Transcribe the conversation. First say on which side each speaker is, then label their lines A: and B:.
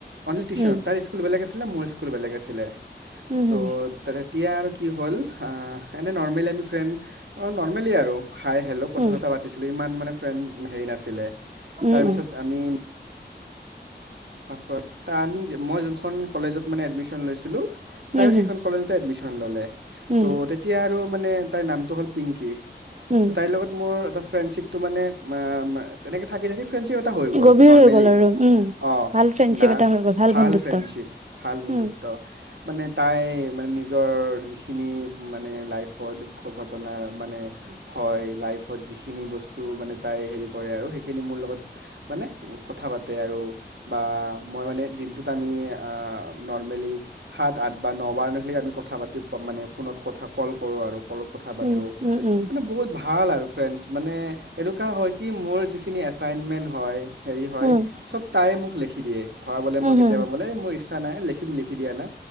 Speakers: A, on the right; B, on the right.
A: অনলি টিউচনত,
B: উম
A: তাৰ স্কুল বেলেগ আছ আছিলে মোৰ স্কুল বেলেগ আছিলে।
B: উম হম
A: অ' তাৰে এতিয়া আৰু কি হ'ল আহ এনেই নৰ্মেলি আমি ফ্ৰেণ্ড অঁ নৰ্মেলি আৰু হাই হেল্লো কথা
B: উম
A: চথা পাতিছিলো ইমান মানে ফ্ৰেণ্ড হেৰি নাছিলে,
B: উম
A: তাৰ
B: উম
A: পিছত
B: উম
A: আমি পাছ কৰ, ত' আমি মই যোনখন কলেজত মানে এডমিচন লৈছিলোঁ তাইও
B: উম হম
A: সেইখন কলেজতে এডমিচন ল'লে,
B: উম
A: ত' তেতিয়া আৰু মানে তাইৰ নামটো হ'ল পিংকি।
B: উম
A: তাইৰ লগত মোৰ <unintelligible> ফ্ৰেণ্ডশ্বিপটো ম - ম - এনেকে থাকি থাকি ফ্ৰেণ্ডশ্বিপ এটা হৈ গ'ল
B: গভীৰ
A: নৰ্মেলি
B: হৈ গ'ল আৰু, উম।
A: <unintelligible> ভাল
B: ভাল ফ্ৰেণ্ডশ্বিপ এটা হৈ গ'ল বন্ধুত্ব
A: ফ্ৰেণ্ডশ্বিপ, ভাল বন্ধুত্ব
B: উম
A: মানে <unintelligible> তাই মানে নিজৰ যিখিনি মানে লাইফ বৰ দুখঃ ঘটনা মানে, হয় লাইফ। যিখিনি বস্তু মানে তাই হেৰি কৰে আৰু সেইখিনি মোৰ লগত মানে কথা পাতে আৰু। বা মই মানে দিনটোত আমি আহ নৰ্মেলি সাত আঠ বা ন বাৰ <unintelligible> আমি কথা পাতি মানে ফোনত কথা কল কৰো আৰু কলত কথা পাতো,
B: উম উম উম
A: মানে বহুত ভা ভাল আৰু ফ্ৰেণ্ডছ মানে এনেকুৱা হয় কি মোৰ যিখিনি এছাইনমেণ্ হয় হেৰি হয়
B: উম
A: চব <unintelligible> মোক লেখি দিয়ে ধৰা বলে
B: উম
A: মই কেতিয়াবা
B: হম
A: বলে ইচ্ছা নাই লেখ - লিখি দিয়ানা‌‌,